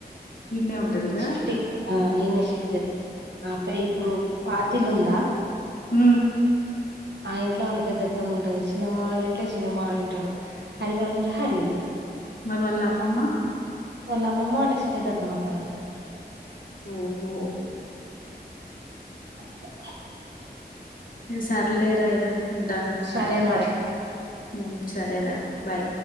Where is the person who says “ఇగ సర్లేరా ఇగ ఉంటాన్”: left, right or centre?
Left